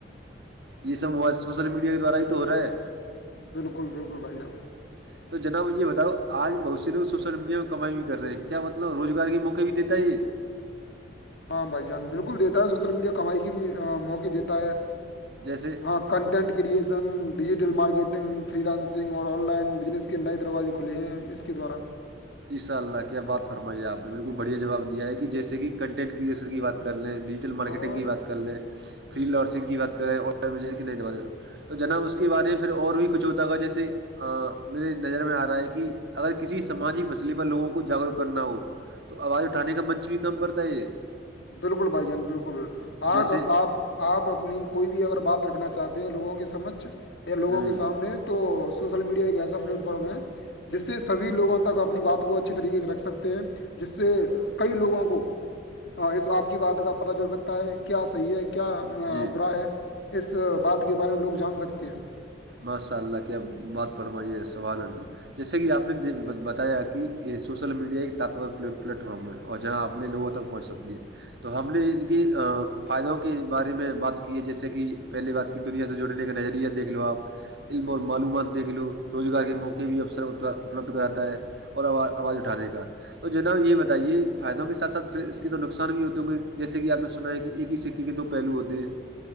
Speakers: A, on the right; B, on the left.
A: یہ سب موائل سوسل میڈیا کے دوارا تو ہو رہا ہے
B: بالکل بالکل بھائی جان
A: جی تو جناب یہ بتاؤ آج بہت سے لوگ سوشل میڈیا میں کمائی بھی کر رہے ہیں کیا مطلب روزگار کے موقع بھی دیتا ہے یہ
B: ہاں بھائی جان بالکل دیتا ہے سوشل میڈیا کمائی کے بھی موقع دیتا ہے
A: جیسے
B: ہاں content creation digital marketing freelancing اور آن لائن بزنس کے نئے دروازے کھلے ہیں اس کے دارا
A: ایشاء اللہ کیا بات فرمائیے آپ نے بالکل بڑھیا جواب دیا ہے کہ جیسے کہ کنٹینٹ کریئسر کی بات کر لیں ڈیجیٹل مارکیٹنگ
B: اور
A: کی بات کر لیں فری لارسنگ کی بات کریں اورن کے نہیں تو جناب اس کے بارے میں پھر اور بھی کچھ ہوتا گا جیسے آ میرے نظر میں آ رہا ہے کہ اگر کسی سماجی مسلہ پر لگوں کو جاگروک کرنا ہو تو آواز اٹھانے کا منچ بھی کم کرتا ہے یہ
B: بالکل بھائی جان بالکل بکل
A: جیسے
B: آپ آپ آپ اپنی کوئی بھی اگر بات رکھنا چاہتے ہیں لوگوں کے سمجھ یا لوگوں
A: ہوں
B: کے سامنے تو سوشل میڈیا ایک ایسا پلیٹ فارم ہے جس سے سبھی لوگوں تک اپنی بات کو اچھی طریقے سے رکھ سکتے ہیں جس سے کئی لوگوں کو ہاں اس آپ کی بات کا پتہ چل سکتا ہے کیا صحیح ہے کیا
A: جی
B: برا ہے اس بات کے بارے میں لوگ جان سکتے ہیں
A: ماشاء اللہ کیا بات پرمائیے سوانہ جیسے کہ آپ نے بتایا کہ سوشل میڈیا ایک تتورر پلیٹفارم ہے اور جہاں اپنے لوگوں تک پہنچ سکتی ہے تو ہم نے ان کی فائدوں کے بارے میں بات کی ہے جیسے کہ پہلی بات دنیا سے جوڑنے کا نظریہ دیکھ لو آپ علم
B: ہوں،
A: اور معلومات دیکھ لو روزگار کے موقع بھی افسر اپلبدھ کراتا ہے اور آواز اٹھانے کا تو جناب یہ بتائیے فائدوں کےاتھ سھ پھر اس کی تو نقصان بھی ہوتی ہوں گے جیسے کہپ نے سنا ہے کہ ایک ہی سک ونک دو پہلو آتے ہیں